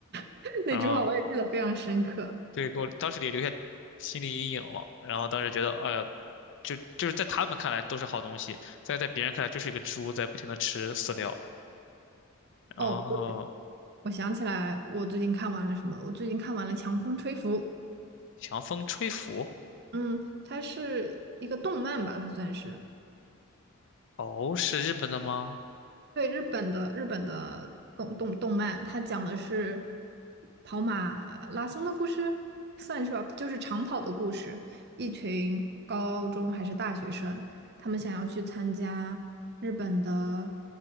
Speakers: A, on the right (about 50°); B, on the left (about 60°).
A: <laughs> 那句话我也记得非常深刻。
B: 然后对，给我当时也留下心理阴影了。然后当时觉得，哎呀，就就是在他们看来都是好东西，在在别人看来就是一个猪在不停的吃饲料。然后
A: 哦，我想起来，我最近看完了什么？我最近看完了《强风吹拂》。
B: 强风吹拂，
A: 嗯，它是一个动漫吧，它算是。
B: 哦，是日本的吗？
A: 对，日本的日本的动动动漫，它讲的是跑马拉松的故事，算是吧，就是长跑的故事。一群高中还是大学生，他们想要去参加日本的